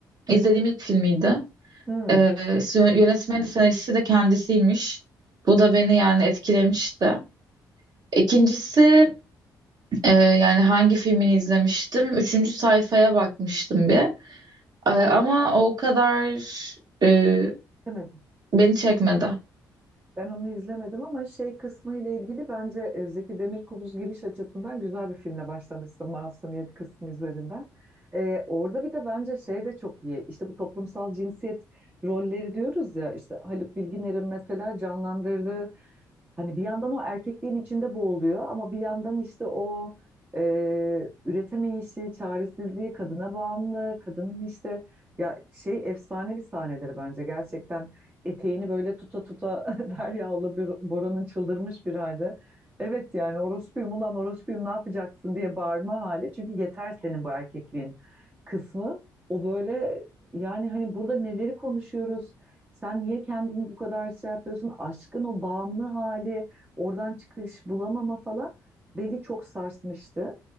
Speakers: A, on the right (about 40°); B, on the right (about 15°).
A: izlediğim ilk filmiydi.
B: Hmm.
A: Ee, sü- yönetmeni, senaristi de kendisiymiş. Bu da beni yani etkilemişti. İkincisi e, yani hangi filmini izlemiştim? Üçüncü sayfaya bakmıştım bir. E, ama
B: Aa, Ee,
A: o kadar e,
B: ama
A: beni çekmedi.
B: Ben onu izlemedim ama şey kısmı ile ilgili bence e, Zeki Demirkubuz giriş açısından güzel bir filmle başlamışsın Masumiyet kısmı üzerinden. E, orada bir de bence şey de çok iyi. İşte bu toplumsal cinsiyet rolleri diyoruz ya işte Haluk Bilginer'in mesela canlandırdığı hani bir yandan o erkekliğin içinde boğuluyor ama bir yandan işte o e, üretemeyişi, çaresizliği, kadına bağımlı, kadının işte ya şey efsane bir sahneleri bence gerçekten eteğini böyle tuta tuta Derya'la bir Bora'nın çıldırmış bir halde. Evet yani orospuyum ulan orospuyum ne yapacaksın diye bağırma hali. Çünkü yeter senin bu erkekliğin kısmı. O böyle yani hani burada neleri konuşuyoruz? Sen niye kendini bu kadar şey yapıyorsun? Aşkın o bağımlı hali, oradan çıkış bulamama falan beni çok sarsmıştı.